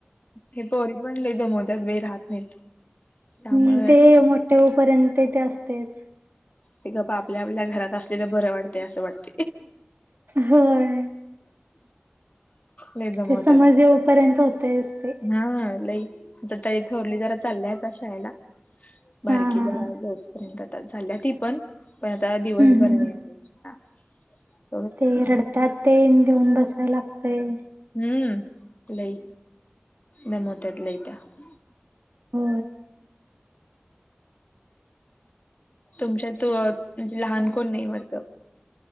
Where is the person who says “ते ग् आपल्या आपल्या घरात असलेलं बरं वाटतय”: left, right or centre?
Left